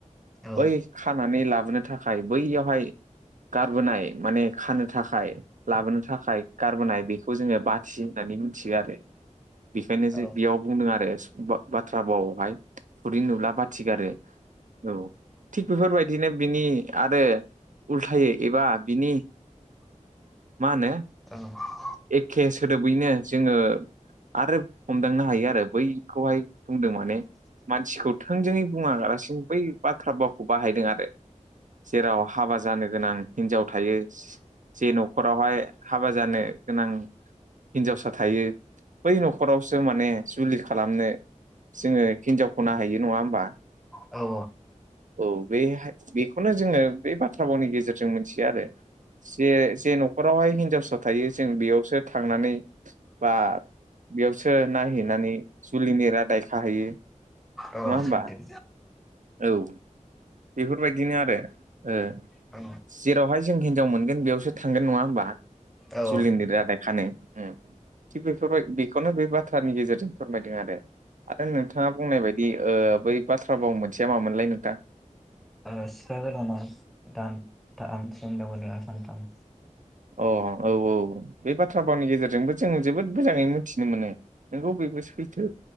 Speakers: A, in the centre; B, on the right.
A: औ
B: बै खानानै लाबोनो थाखाय बैयावहाय गारबोनाय माने खानो थाखाय लाबोनो थाखाय गारबोनाय बे खौ जोङो बाथि होननानै मिथियो आरो बेखायनो
A: औ
B: जे बेयाव बुंदों आरो बाथ्रा बावावहाय थुरै नुब्ला बाथिगारो औ थिग बेफोरबायदिनो बिनि आरो उल्थायो एबा बिनि मा होनो
A: <inaudible>
B: एखे सोदोबैनो जोङो आरो हमदांनो हायो आरो बैखौहाय बुंदों माने मानसिखौ थोंजोङै बुङलासिनो बै बाथ्रा भावखौ बाहायदों आरो जेराव हाबा जानो गोनां हिनजाव थायो जे न'खरावहाय हाबा जानो गोनां हिनजावसा थायो बै न'खरावसो माने जुलि खालामनो जोङो हिनजावखौ नाहैयो नङा होमबा
A: औ
B: औ बे बेखौनो जोङो बे बाथ्रा भावनि गेजेरजों मिथियो आरो जे जे न'खरावहाय हिनजावसा थायो जों बेयावसो थांनानै बा बेयावसो नायहैनानै जुलिनि रादाय खाहैयो
A: औ
B: नङा होमबा?
A: सैथो
B: औ बेफोरबायदिनो आरो ओ
A: औ
B: जेरावहाय जों हिनजाव मोनगोन बेयावसो थांगोन नङा होमबा
A: औ
B: जुलिनि रादाय खानो उम थिग बेफोरबाय बेखौनो बे बाथ्रानि गेजेरजों फोरमायदों आरो आरो नोंथाङा बुंनाय बायदि ओ बै बाथ्रा भाव मोनसेया मामोनलाय नोंथां?
A: ओ सिखा गोदाना दानथाम हिनजाव गोदाना सानथाम
B: अ औ औ बे बाथ्रा भावनि गेजेरजोंबो जोङो जोबोद मोजाङै मिथिनो मोनो नोंगौ बबो सैथो